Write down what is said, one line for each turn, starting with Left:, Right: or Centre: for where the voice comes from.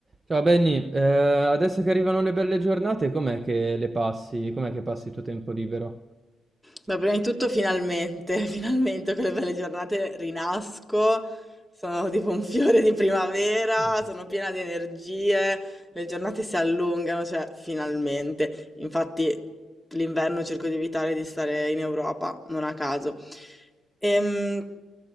Right: Ciao Benny, eh, adesso che arrivano le belle giornate, com'è che le passi? Com'è che passi il tuo tempo libero?
Centre: Beh, prima di tutto finalmente, <laughs> finalmente con le belle giornate rinasco, sono tipo un fiore di primavera,
Right: Eh,
Centre: sono piena di energie, le giornate si allungano, cioè finalmente. Infatti l'inverno cerco di evitare di stare in Europa, non a caso. Ehm,